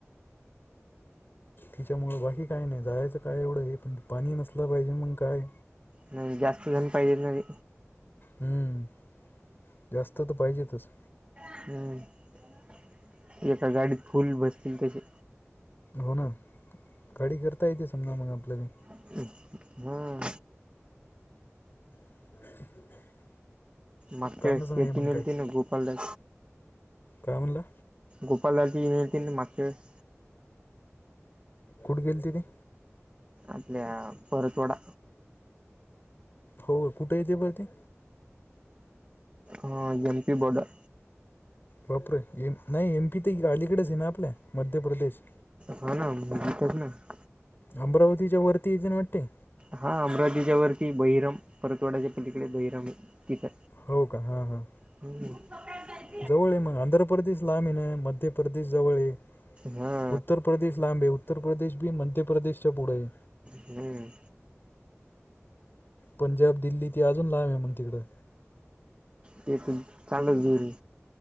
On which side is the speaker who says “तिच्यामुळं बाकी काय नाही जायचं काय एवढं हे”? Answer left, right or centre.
Left